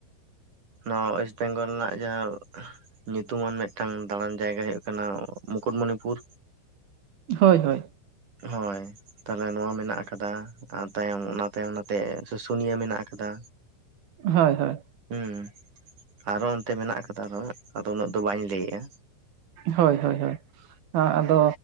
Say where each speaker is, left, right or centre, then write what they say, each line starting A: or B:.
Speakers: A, on the right (about 40°); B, on the right (about 55°).
A: ᱱᱚᱣᱟ ᱳᱭᱮᱥᱴ ᱵᱮᱝᱜᱚᱞ ᱨᱮᱱᱟᱜ ᱡᱟᱦᱟᱸ ᱧᱩᱛᱩᱢᱟᱱ ᱢᱤᱫᱴᱟᱝ ᱫᱟᱬᱟᱱ ᱡᱟᱭᱜᱟ ᱦᱩᱭᱩᱜᱜ ᱠᱟᱱᱟ ᱢᱩᱠᱩᱴᱢᱩᱱᱤᱯᱩᱨ᱾
B: ᱦᱳᱭ ᱦᱳᱭ
A: ᱦᱳᱭ ᱛᱟᱦᱟᱞᱮ ᱱᱚᱣᱟ ᱢᱮᱱᱟᱜ ᱟᱠᱟᱫᱟ ᱟᱨ ᱛᱟᱭᱚᱢ ᱚᱱᱟ ᱛᱟᱭᱚᱢ ᱚᱱᱟᱛᱮ ᱥᱩᱥᱩᱱᱤᱭᱟᱹ ᱢᱮᱱᱟᱜ ᱟᱠᱟᱫᱟ᱾
B: ᱦᱳᱭ ᱦᱳᱭ
A: ᱦᱩᱸ, ᱟᱨᱦᱚᱸ ᱚᱱᱛᱮ ᱢᱮᱱᱟᱜ ᱟᱠᱟᱫᱟ ᱟᱨᱦᱚᱸ, ᱟᱫᱚ ᱩᱱᱟᱹᱜ ᱫᱚ ᱵᱟᱹᱧ ᱞᱟᱹᱭᱮᱫᱼᱟ᱾
B: ᱦᱳᱭ ᱦᱳᱭ ᱦᱳᱭ᱾ ᱟᱫᱚ